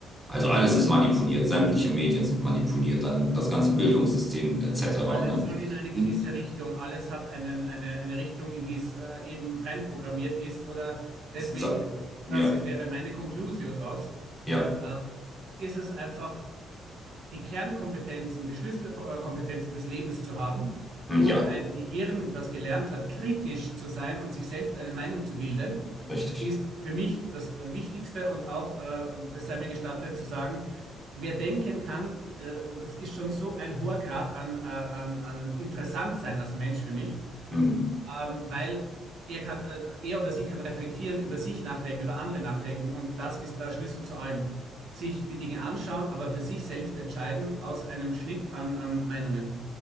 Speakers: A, in the centre; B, on the right.
A: also
B: Mhm.
A: alles ist manipuliert, sämtliche Medien sind manipuliert, dann das ganze Bildungssystem etc.,
B: Alles
A: ne?
B: soll in eine gewisse
A: Hm,
B: Richtung, alles hat einen, eine, eine Richtung, in die es äh, eben reinprogrammiert ist. Oder deswegen,
A: sa-
B: das
A: Ja,
B: ist, wäre meine Conclusio draus,
A: ja,
B: äh, ist es einfach, die Kernkompetenzen, die Schlüsselkompetenzen des Lebens zu haben
A: hm,
B: und
A: ja,
B: ein Gehirn, das gelernt hat, kritisch zu sein und sich selbst eine Meinung zu bilden
A: richtig.
B: ist für mich das Wichtigste und auch, äh, es sei mir gestattet zu sagen, wer denken kann, äh, das ist schon so ein hoher Grad an, äh, an, an interessant sein als Mensch für mich,
A: Hm.
B: ähm, weil er kann, äh, er oder sie kann reflektieren, über sich nachdenken, über andere nachdenken und das ist der Schlüssel zu allem. Sich die Dinge anschauen, aber für sich selbst entscheiden aus einem Schnitt an, an Meinungen.